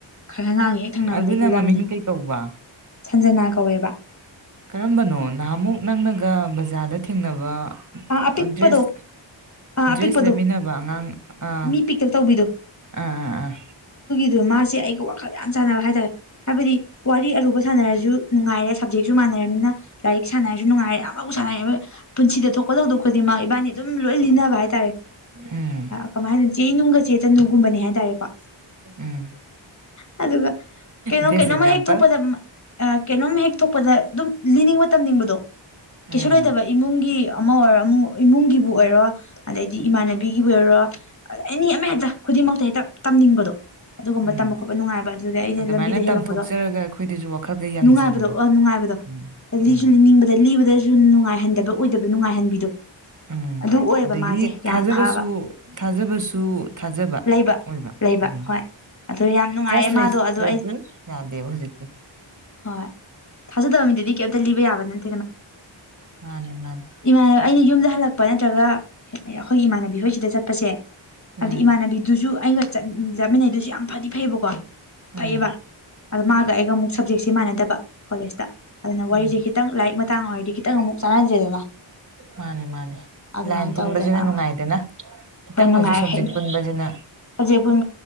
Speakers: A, on the left (about 35°); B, on the right (about 40°).
A: ꯍꯩꯉꯥꯡ ꯍꯦꯛ ꯊꯪꯅꯕ
B: ꯑꯗꯨꯅ
A: ꯂꯝꯅꯤ
B: ꯃꯃꯤꯡ ꯀꯩ ꯀꯧꯕ
A: ꯁꯟꯖꯅꯥ ꯀꯧꯋꯦꯕ
B: ꯀꯔꯝꯕꯅꯣ ꯅꯍꯥꯃꯨꯛ ꯅꯪꯅꯒ ꯕꯖꯥꯔꯗ ꯊꯦꯡꯅꯕ
A: ꯑꯥ ꯑꯄꯤꯛꯄꯗꯣ
B: ꯗ꯭ꯔꯦꯁ
A: ꯑꯥ
B: ꯗ꯭ꯔꯦꯁ
A: ꯑꯄꯤꯛꯄꯗꯣ
B: ꯂꯩꯃꯤꯟꯅꯕ ꯑꯉꯥꯡ ꯑꯥ
A: ꯃꯤ ꯄꯤꯛꯇꯛ ꯇꯧꯕꯤꯗꯣ
B: ꯑꯥ ꯑꯥ ꯑꯥ
A: ꯑꯗꯨ ꯃꯥꯁꯦ ꯑꯩꯒ ꯋꯥꯈꯜ ꯌꯥꯝ ꯁꯥꯟꯅꯕ ꯍꯥꯏꯇꯥꯔꯦ ꯍꯥꯏꯕꯗꯤ ꯋꯥꯔꯤ ꯑꯔꯨꯕ ꯁꯥꯟꯅꯔꯁꯨ ꯅꯨꯡꯉꯥꯏꯔꯦ ꯁꯞꯖꯦꯛꯁꯨ ꯃꯥꯟꯅꯔꯅꯤꯅ ꯂꯥꯏꯔꯤꯛ ꯁꯥꯟꯅ ꯍꯥꯏꯔꯁꯨ ꯅꯨꯡꯉꯥꯏꯔ ꯌꯥꯝ ꯑꯃꯨ ꯁꯥꯟꯅꯩꯑꯕ ꯄꯨꯟꯁꯤꯗ ꯊꯣꯛ ꯂꯧꯗꯣꯛꯈꯄꯗꯤ ꯃꯥ ꯏꯕꯥꯅꯤ ꯑꯗꯨꯝ ꯂꯣꯏ ꯂꯤꯟꯅꯅꯕ ꯍꯥꯏ ꯍꯥꯏꯔꯦ
B: ꯎꯝ
A: ꯀꯃꯥꯏ ꯍꯥꯏꯗꯅꯣ ꯆꯦ ꯅꯨꯡꯒ ꯆꯦ ꯇꯅꯨꯒꯨꯝꯕꯅꯦ ꯍꯥꯏꯇꯥꯔꯦꯀꯣ
B: ꯎꯝ
A: ꯑꯗꯨꯒ ꯀꯩꯅꯣ
B: ꯕꯦꯁ
A: ꯀꯩꯅꯣꯃ
B: ꯑꯦꯛꯖꯥꯝꯄꯜ
A: ꯍꯦꯛ ꯊꯣꯛꯄꯗ ꯀꯩꯅꯣꯝ ꯍꯦꯛ ꯊꯣꯛꯄꯗ ꯑꯗꯨꯝ ꯂꯤꯅꯤꯡꯕ ꯇꯝꯅꯤꯡꯕꯗꯣ
B: ꯎꯝ
A: ꯀꯩꯁꯨ ꯂꯩꯇꯕ ꯏꯃꯨꯡꯒꯤ ꯑꯃ ꯑꯣꯏꯔꯣ ꯑꯃ ꯏꯃꯨꯡꯒꯤꯕꯨ ꯑꯣꯏꯔꯣ ꯑꯗꯩꯗꯤ ꯏꯃꯥꯟꯅꯕꯤꯒꯤꯕꯨ ꯑꯣꯏꯔꯣ ꯑꯦꯅꯤ ꯑꯃ ꯍꯦꯛꯇ ꯈꯨꯗꯤꯡꯃꯛꯇ ꯍꯦꯛꯇ ꯇꯝꯅꯤꯡꯕꯗꯣ ꯑꯗꯨꯒꯨꯝꯕ
B: ꯎꯝ
A: ꯇꯝꯕ ꯈꯣꯠꯄ ꯅꯨꯡꯉꯥꯏꯕ ꯑꯗꯨꯗ ꯑꯩꯅ
B: ꯑꯗꯨꯃꯥꯏꯅ
A: ꯂꯝꯕꯤꯗ ꯍꯦꯜꯂꯛꯄꯗꯣ
B: ꯇꯝꯊꯣꯛꯆꯔꯒ ꯑꯩꯈꯣꯏꯗꯁꯨ ꯋꯥꯈꯜꯗ ꯌꯥꯡꯖꯕꯗꯣ
A: ꯅꯨꯡꯉꯥꯏꯕꯗꯣ ꯑꯣ ꯅꯨꯡꯉꯥꯏꯕꯗꯣ
B: ꯎꯝ
A: ꯂꯤꯁꯨ
B: ꯎꯝ
A: ꯂꯤꯅꯤꯡꯕꯗ ꯂꯤꯕꯗꯁꯨ ꯅꯨꯡꯉꯥꯏꯍꯟꯗꯕ ꯑꯣꯏꯗꯕ ꯅꯨꯡꯉꯥꯏꯍꯟꯕꯤꯗꯣ
B: ꯎꯝ
A: ꯑꯗꯨ ꯑꯣꯏꯌꯦꯕ
B: ꯑꯗꯒꯤ
A: ꯃꯥꯁꯦ ꯌꯥꯝ
B: ꯊꯥꯖꯕꯁꯨ
A: ꯐꯕ
B: ꯊꯥꯖꯕꯁꯨ ꯊꯥꯖꯕ
A: ꯂꯩꯕ
B: ꯑꯣꯏꯕ
A: ꯂꯩꯕ
B: ꯎꯝ <inaudible>
A: ꯍꯣꯏ ꯑꯗꯣ ꯌꯥꯝ ꯅꯨꯡꯉꯥꯏꯌꯦ
B: ꯇ꯭ꯔꯁ
A: ꯃꯥꯗꯣ
B: ꯂꯩꯇ꯭ꯔꯗꯤ
A: ꯑꯗꯣ ꯑꯩ
B: ꯌꯥꯗꯦꯕ ꯍꯧꯖꯤꯛꯇꯤ
A: ꯍꯣꯏ ꯊꯥꯖꯗꯕ ꯃꯤꯗꯨꯗꯤ ꯀꯩꯝꯇ ꯂꯤꯕ ꯌꯥꯕ ꯅꯠꯇ
B: ꯃꯥꯅꯦ ꯃꯥꯅꯤ
A: ꯏꯃꯥꯟ ꯑꯩꯅ ꯌꯨꯝꯗ ꯍꯜꯂꯛꯄ ꯅꯠꯇ꯭ꯔꯒ ꯑꯩꯈꯣꯏ ꯏꯃꯥꯟꯅꯕꯤ ꯍꯣꯏꯁꯤꯗ ꯆꯠꯄꯁꯦ ꯍꯥꯏꯕꯗꯤ
B: ꯎꯝ
A: ꯏꯃꯥꯟꯅꯕꯤꯗꯨꯁꯨ ꯑꯩꯒꯠ ꯌꯥꯥꯠꯃꯤꯟꯅꯩꯗꯨꯁꯨ ꯌꯥꯝ ꯐꯗꯤ ꯐꯩꯑꯕꯀꯣ ꯐꯩꯌꯦꯕ
B: ꯎꯝ
A: ꯑꯗ ꯃꯥꯒ ꯑꯩꯒ ꯑꯃꯨꯛ ꯁꯞꯖꯦꯛꯁꯦ ꯃꯥꯟꯅꯗꯕ ꯀꯣꯂꯦꯖꯇ ꯑꯗꯨꯅ ꯋꯥꯔꯤꯁꯦ
B: ꯎꯝ
A: ꯈꯤꯇꯪ ꯂꯥꯏꯔꯤꯛ ꯃꯇꯥꯡ ꯑꯣꯏꯔꯗꯤ ꯈꯤꯇꯪ ꯑꯃꯨꯛ ꯆꯥꯟꯅꯗ꯭ꯔꯦꯗꯅ
B: ꯃꯥꯅꯤ ꯃꯥꯅꯤ
A: ꯑꯗꯨꯃꯥꯏꯅ
B: ꯂꯥꯏꯟ ꯄꯨꯟꯕꯁꯤꯅ
A: ꯇꯧꯗꯅ
B: ꯅꯨꯡꯉꯥꯏꯗꯅ ꯈꯤꯇꯪ
A: ꯍꯣꯏ ꯅꯨꯡꯉꯥꯏꯔꯦ
B: ꯑꯣꯏꯔꯁꯨ ꯁꯕꯖꯦꯛ
A: ꯍꯦꯟꯅ
B: ꯄꯨꯟꯕꯁꯤꯅ
A: ꯁꯕꯖꯦꯛ